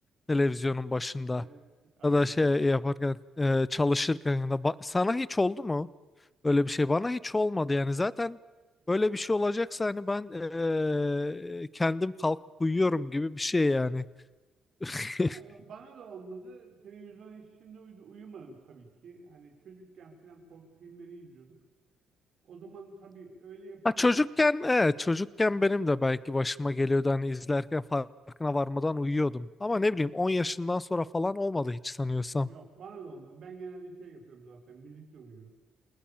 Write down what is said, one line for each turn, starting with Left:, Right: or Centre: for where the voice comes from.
Left: televizyonun
Right: Evet,
Left: başında
Right: evet, aynen.
Left: ya da şey yaparken e, çalışırken ya da ba- sana hiç oldu mu? Öyle bir şey bana hiç olmadı yani zaten öyle bir şey olacaksa hani ben eee, kendim kalkıp uyuyorum gibi bir şey yani. <laughs>
Right: Abi Bana da olmadı. Televizyon içinde uyu- uyumadım tabii ki. Hani çocukken falan korku filmleri izliyorduk. O zaman tabii öyle yapıyorduk
Left: Ha, çocukken evet çocukken benim de belki başıma geliyordu hani izlerken farkına varmadan uyuyordum. Ama ne bileyim 10 yaşından sonra falan olmadı hiç sanıyorsam.
Right: Yok bana da olmadı. Ben genelde şey yapıyorum zaten. Müzikle uyuyorum.